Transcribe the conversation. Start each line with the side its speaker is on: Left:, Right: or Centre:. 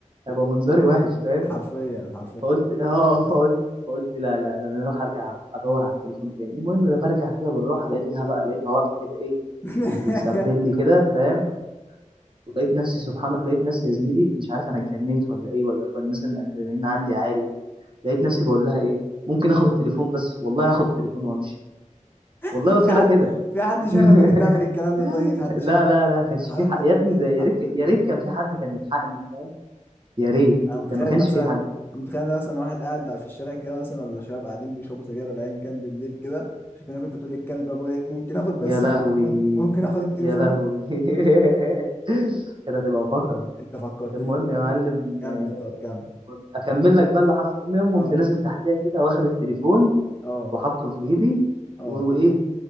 Right: هيبقى منظري وِحِش فاهم،
Left: حرفيًا، حرفيًا.
Right: فقُلت آه، <laughs> فقُلت فقُلت لا، لا، لا أنا هاروح أرجع أدوّر على التليفون تاني، المهم أنا بارجع كده بالراحة لقيت لها بقى لقيتها واقفة كده إيه،
Left: <laughs>
Right: بتسبّل لي كده فاهم، ولقيت نَفْسي سبحان لقيت نَفْسي يا زميلي مش عارف أنا اتجنّيت والّا إيه، والّا كان مثلًا الأدرينالين عندي عالي. لقيت نفسي باقول لها إيه، ممكن آخُد التليفون بس، والله هاخُد التليفون وأمشي، والله
Left: في
Right: قُلت لها
Left: حد
Right: كده.
Left: في حد
Right: <laughs>
Left: شافك وأنت بتعمل الكلام ده طيب، في حد
Right: لا،
Left: شافك؟
Right: لا، لا، ما كانش
Left: الحمد
Right: في ح
Left: لله،
Right: يا ابني ده
Left: الحمد
Right: يا ريت
Left: لله.
Right: ك يا ريت كان في حد كان يلحقني فاهم، يا ريت،
Left: انا متخيل
Right: ده ما كانش
Left: مثلا
Right: في حد،
Left: أنا متخيل مثلا واحد قاعد في الشارع كده مثلا ولا شباب قاعدين بيشربوا سجاير ولا ايا كان بالليل كده شايفينك انت تقول للكلب ابو ايه ممكن اخد بس
Right: يا لهوي!
Left: التليفون ممكن اخد التليفون
Right: يا لهوي! <laughs> كانت هتبقى فقرة.
Left: انت فكرتني
Right: المهم
Left: بموضوع
Right: يا معلم
Left: كمل
Right: آه،
Left: طب كمل
Right: أكمّل لك بقى اللي حصل، المهم
Left: اه
Right: قُمت نازل تحتيها كده واخد التليفون
Left: اه
Right: وحاطّه في جيبي
Left: اه
Right: وإيه،